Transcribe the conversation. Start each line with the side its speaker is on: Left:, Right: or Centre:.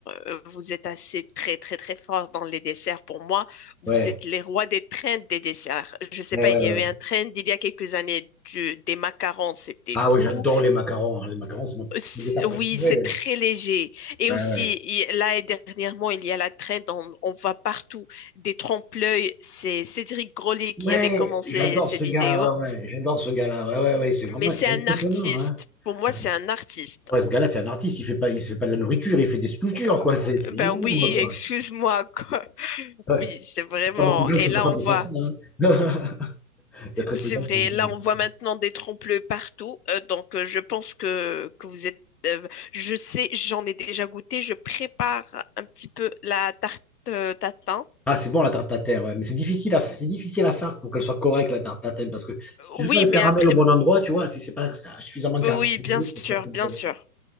Left: euh, vous êtes assez très très très fort dans les desserts. Pour moi, vous
Centre: Ouais,
Left: êtes les rois des trends des desserts. Je sais
Centre: ouais,
Left: pas,
Centre: ouais.
Left: il y
Centre: ouais.
Left: a eu un trend il y a quelques années du- des macarons, c'était
Centre: Ah ouais,
Left: vous.
Centre: j'adore les macarons. hein. Les macarons, c'est mon, c'est
Left: C'est-
Centre: mon dessert
Left: Oui,
Centre: préféré.
Left: c'est très
Centre: Ouais,
Left: léger. Et
Centre: Ouais,
Left: aussi,
Centre: ouais.
Left: il- là, et dernièrement, il y a la trend, on, on voit partout des trompe-l'œil. C'est Cédric Grolet qui
Centre: Ouais,
Left: avait commencé
Centre: j'adore
Left: ces
Centre: ce
Left: vidéos.
Centre: gars. Ouais, ouais, j'adore ce gars-là. Ouais, ouais, ouais, c'est vraiment
Left: Mais c'est
Centre: c'est
Left: un
Centre: impressionnant.
Left: artiste.
Centre: Hein.
Left: Pour moi,
Centre: Ah, c'est-
Left: c'est un artiste.
Centre: ouais, ce gars-là, c'est un artiste. Il fait pas, il se fait pas de la nourriture, il fait des sculptures,
Left: Euh,
Centre: quoi. C'est c'est
Left: Ben
Centre: énorme,
Left: oui,
Centre: quoi.
Left: excuse-moi, quoi. <laughs>
Centre: Ouais,
Left: Oui, c'est vraiment.
Centre: il y a Pas beaucoup de gens
Left: Et
Centre: qui sont
Left: là,
Centre: capables
Left: on voit.
Centre: de faire ça. hein. <laughs> Il y a très
Left: Oui,
Centre: peu
Left: c'est
Centre: de gens
Left: vrai.
Centre: qui sont capables
Left: Là,
Centre: de
Left: on voit
Centre: faire ça.
Left: maintenant des trompe-l'œil partout. Euh, donc, euh, je pense que, que vous êtes. euh, je sais, j'en ai déjà goûté. Je prépare un petit peu la tarte euh, tatin.
Centre: Ah, c'est bon la tarte tatin, ouais. Mais c'est difficile à, fa- c'est difficile à faire pour qu'elle soit correcte la tarte tatin, parce que si tu
Left: Oui,
Centre: fais pas le caramel
Left: mais après,
Centre: au bon endroit, tu vois, si c'est pas suffisamment caramélisé,
Left: oui, bien sûr,
Centre: c'est pas très
Left: bien
Centre: bon.
Left: sûr,